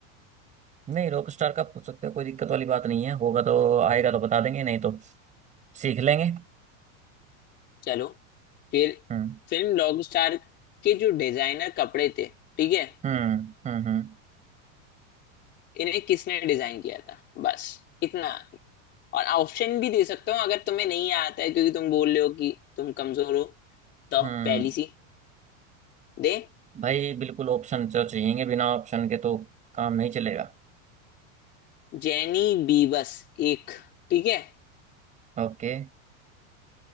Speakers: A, on the right; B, on the left.
A: नहीं रॉक स्टार का पूछ सकते हो कोई दिक्कत वाली बात नहीं है होगा तो आएगा तो बता देंगे नहीं तो सीख लेंगे
B: चलो फिर
A: हम्म
B: फिल्म रॉकस्टार के जो डिजाइनर कपड़े थे ठीक है
A: हम्म हम्म हम्म
B: इन्हें किसने डिजाइन किया था बस इतना और ऑप्शन भी दे सकता हूँ अगर तुम्हें नहीं आता है क्योंकि तुम बोल रहे हो कि तुम कमजोर हो तो
A: हम्म।
B: पहली सी दे
A: भाई बिल्कुल ऑप्शन तो चाहिएंगे बिना ऑप्शन के तो काम नहीं चलेगा
B: जेनी बीवस एक ठीक है
A: ओके